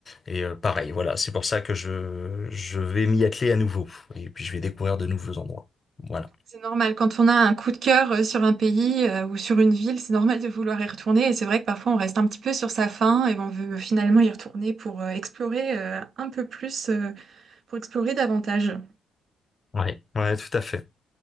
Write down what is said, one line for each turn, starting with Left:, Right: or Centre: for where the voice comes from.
Left: Et euh, pareil, voilà, c'est pour ça que je, je vais m'y atteler à nouveau, et puis je vais découvrir de nouveaux endroits. Voilà.
Right: C'est normal, quand on a un coup de cœur euh, sur un pays euh, ou sur une ville, c'est normal de vouloir y retourner. Et c'est vrai que parfois on reste un petit peu sur sa faim et on veut finalement y retourner pour euh, explorer euh, un peu plus, euh, pour explorer davantage.
Left: Ouais, ouais, tout à fait.